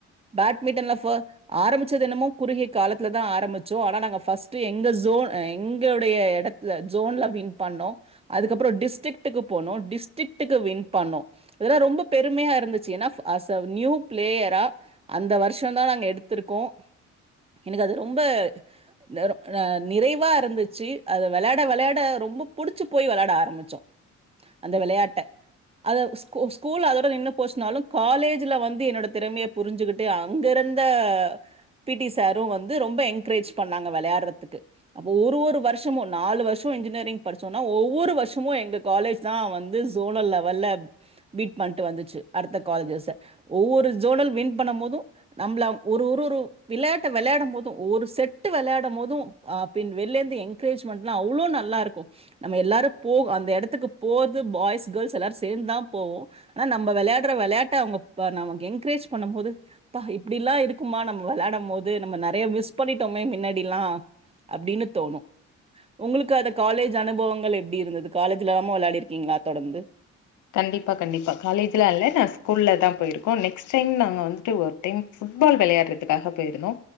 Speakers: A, on the right; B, on the left.
A: பேட்மிண்டன்ல ஃப ஆரம்பிச்சது என்னமோ குறுகிய காலத்துல தா ஆரம்பிச்சோ ஆனா நாங்கஃபஸ்ட் எங்க ஜோன் எங்களுடைய எடத் த ஜோன்ல வின் பண்ணோ அதுக்கப்பற டிஸ்டரிக்டுக்கு போனோ டிஸ்டரிக்டுக்கு வின் பண்ணோ இதெல்லா ரொம்ப பெருமையா இருந்துச்சு ஏனா அஸ் அ நியூ பிளேயரா அந்த வருஷ ஷந்தா நாங்க எடுத்திருக்கோ எனக்கு அது ரொம்ப நர ந நிறைவா இருந்துச்சு அத வெளையாட வெளையாட ரொம்ப புடிச்சு போயி வெளையாட ஆரம்பிச்சோ அந்த வெளையாட்ட அத ஸ்கூ ஸ்கூல் அதோட நின்னு போச்சுனாலு காலேஜ்ல வந்து என்னோட திறமைய புரிஞ்சுகிட்டு அங்க இருந்த பீட்டீ சாரு வந்து ரொம்ப என்கரேஜ் பண்ணாங்க வெளையாட்றதுக்கு அப்ப ஒரு ஒரு வர்ஷமு நாலு வர்ஷோ இன்ஜினியரிங் படிச்சோன்னா ஒவ்வொரு வர்ஷமு எங்க காலேஜ் தா வந்து சோனல் லெவல்ல வின் பண்ட்டு வந்துச்சு அடுத்த காலேஜஸ்ஸ ஒவ்வொரு ஜோனல் வின் பண்ணம்போது நம்ள ஒரு ஊரு விளாட்ட வெளாடும்போது ஒரு செட்டு வெளாடும்போது அ பின் வெள்ளேந்து எ என்க்ரேஜ்மன்ட்லா அவ்ளோ நல்லார்க்கு நம்ம எல்லாரு போ அந்த எடத்துக்கு போது பாய்ஸ் கேர்ள்ஸ் எல்லாரு சேந்து தா போவோ ஆனா நம்ப வெளையாட்ற வெளையாட்ட அவுங்க ப நமக் என்க்ரேஜ் பண்ணும்போது ப்பா இப்டிலா இருக்குமா நம்ம வெள்ளாடம்போது நம்ம நிறைய மிஸ் பண்ணிட்டோமே மின்னாடிலா அப்டின்னு தோணு உங்குளுக்கு அது காலேஜ் அனுபவங்கள் எப்டி இருந்துது காலேஜ்லாமா வெளாடிருக்கீங்களா தொடர்ந்து
B: கண்டிப்பா கண்டிப்பா காலேஜ்லா இல்ல நா ஸ்கூல்ல தா போயிருக்கோ நெக்ஸ்ட் டைம் நாங்க வந்துட்டு ஒர்க் டிம் ஃபுட்பால் வெளயாட்றதுக்காக போயிருந்தோ